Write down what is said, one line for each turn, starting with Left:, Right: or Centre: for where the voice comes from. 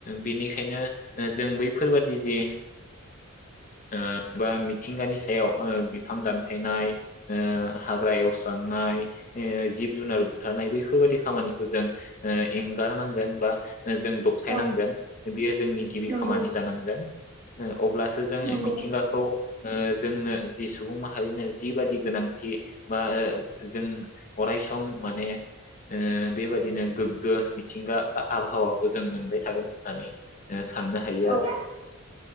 Left: बेनिखायनो जों बैफोरबायदि जे ओ बा मिथिंगानि सायाव ओ बिफां दान गायनाय ओ हाग्रा एवस्रांनाय ओ जिब जुनार बुथारनाय बैफोरबायाददि खामानिखौ जों ओ एंगारनांगोन बा जों दबथायायनांगोन
Right: औ
Left: बियो जोंनि गिबि
Right: नंगौ
Left: खामानि जानांगोन। मायाव अब्लासो जों
Right: नंगौ
Left: मिथिंगाखौ
Right: नोंथां
Left: ओ जोंनो जि सुबुं मा माहारिनो जिबादि गोनांथि ओ बा जों अराय सम माने ओ बेबादिनो गोग्गो मिथिंगा बा आबहावाखौ जों मोनबाय थागोन होननानै साननो हायो आरो
Right: औ